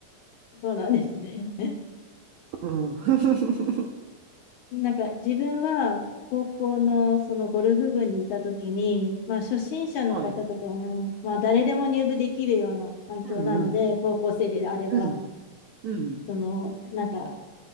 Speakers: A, on the left; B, on the right.
A: そうなんですね。
B: うん。<laughs>
A: なんか自分は高校のそのゴルフ部にいた時に、まあ初心者の方とかも、
B: はい。
A: まあ誰でも入部できるような環境なので、
B: うんうん。
A: 高校生であれば、
B: うんうん。
A: そのなんか